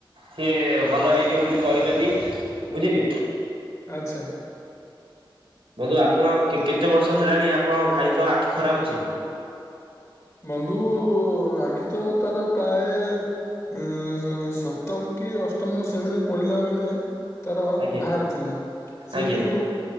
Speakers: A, on the right; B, on the left.
A: ସିଏ ଭଲ ହେଇଯିବ ବୋଲି କହିଛନ୍ତି ବୁଝିଲେ।
B: ଆଛା।
A: ବନ୍ଧୁ ଆପଣ କେ କେତେ ବର୍ଷ ହେଲାଣି ଆପଣଙ୍କ ଭାଇଙ୍କ ଆଖି ଖରାପ ଅଛି?
B: ବନ୍ଧୁ ଆଖି ତ ତାର ପ୍ରାୟ ଉଁ ସପ୍ତମ କି ଅଷ୍ଟମ ଶ୍ରେଣୀରେ ପଢିଲା ବେଳେ। ତାର
A: ଆଜ୍ଞା
B: ବାହାରି ଥିଲା ସିଏ
A: ଆଜ୍ଞା
B: କିନ୍ତୁ